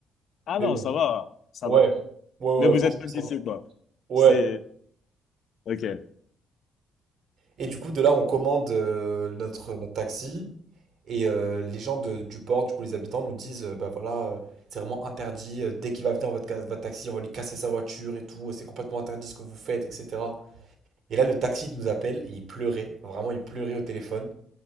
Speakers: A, on the left (about 65°); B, on the right (about 65°).
A: Ah
B: Mais
A: non,
B: bon,
A: ça va, ça
B: ouais.
A: va.
B: Ouais, ouais,
A: Mais vous
B: franchement,
A: êtes pas
B: ça
A: d'ici,
B: va.
A: quoi.
B: Ouais.
A: C'est... Ok.
B: Et du coup, de là, on commande euh, notre, notre taxi. Et euh, les gens de- du port, du coup, les habitants nous disent, euh, bah voilà, euh, c'est vraiment interdit. euh, dès qu'il va venir votre, ca- votre taxi, on va lui casser sa voiture et tout. euh, C'est complètement interdit ce que vous faites, etc. Et là, le taxi nous appelle et il pleurait. Vraiment, il pleurait au téléphone.